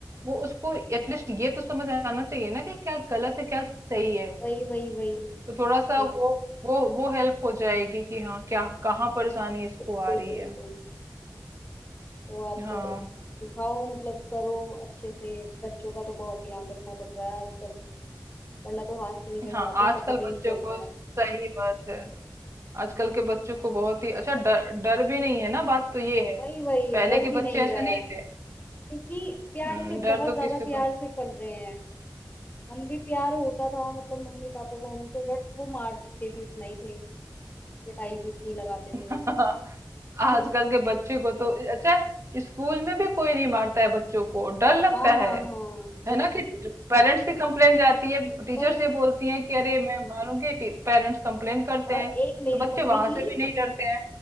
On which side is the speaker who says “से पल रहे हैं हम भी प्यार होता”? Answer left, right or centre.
Left